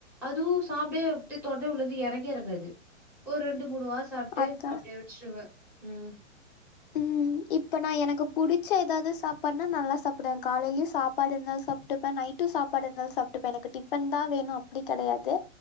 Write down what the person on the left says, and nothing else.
அதா
ம் இப்ப நா எனக்கு புடிச்ச ஏதாவது சாப்பாடுனா நல்லா சாப்டுவே காலையிலயு சாப்பாடு இருந்தாலு சாப்பிட்டுப்பே நைட் சாப்பாடு இருந்தாலும் சாப்பிட்டுப்ப எனக்கு டிபன் தா வேணு அப்டி கிடையாது